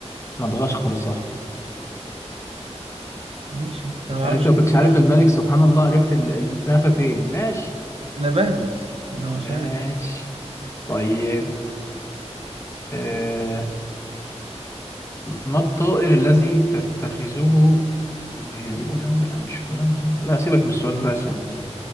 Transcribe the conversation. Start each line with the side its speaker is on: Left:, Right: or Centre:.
Left: مدغشقر صح
Right: ماشي بس انا ما
Left: يعني
Right: اعرفش
Left: انت ما
Right: مين
Left: كنتش
Right: فعلا
Left: عارف الملك سبحان الله عرفت ال- الزنفة فين ماشي
Right: انا بهبت انا
Left: ماشي
Right: مش عارف
Left: طيب آه ما الطائر الذي تتخذه ما هي دي بولندا لا مش بولندا لا سيبك من السؤال ده عشان